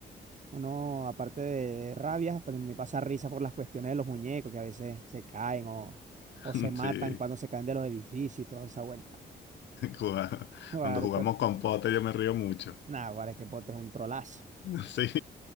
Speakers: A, on the right; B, on the left.
A: uno, aparte de, de rabias, pues me pasa risa por las cuestiones de los muñecos que a veces se caen o,
B: <laughs>
A: o se matan
B: Sí,
A: cuando se caen de los edificios y toda esa vuelta.
B: juga-
A: <laughs> Guara,
B: cuando jugamos
A: esto-
B: con pote yo me río mucho.
A: nah, Guara, es que Pote es un trolazo.
B: <laughs> Sí,